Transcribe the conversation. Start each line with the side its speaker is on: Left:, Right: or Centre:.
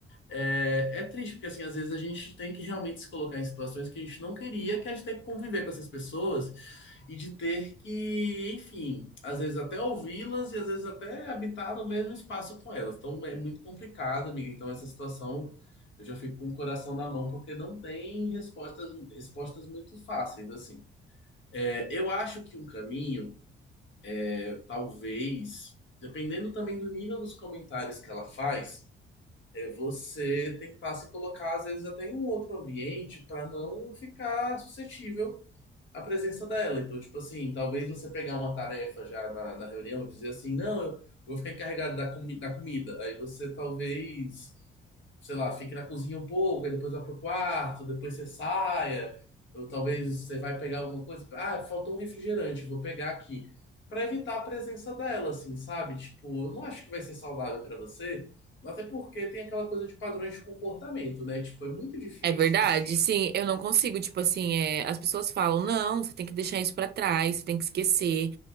Left: É, é triste, porque assim, às vezes a gente tem que realmente se colocar em situações que a gente não queria, que a gente tem que conviver com essas pessoas e de ter que, enfim, às vezes até ouvi-las e às vezes até habitar no mesmo espaço com elas. Então é muito complicado, amiga. Então essa situação eu já fico com o coração na mão porque não tem respostas, respostas muito fáceis, assim. É, eu acho que um caminho, é, talvez, dependendo também do nível dos comentários que ela faz, é você tentar se colocar, às vezes, até em um outro ambiente para não ficar suscetível à presença dela. Então, tipo assim, talvez você pegar uma tarefa já na, na reunião, dizer assim, não, eu, eu vou ficar encarregado da, comi da comida. Aí você talvez sei lá, fique na cozinha um pouco, aí depois vá pro quarto, depois você saia, ou talvez você vai pegar alguma coisa, ah, faltou um refrigerante, vou pegar aqui, Pra evitar a presença dela, assim, sabe? Tipo, eu não acho que vai ser saudável pra você, até porque tem aquela coisa de padrões de comportamento, né? Tipo, é muito difícil
Right: É verdade,
Left: um tio.
Right: sim, eu não consigo, tipo assim, é, as pessoas falam, não, você tem que deixar isso pra trás, você tem que esquecer.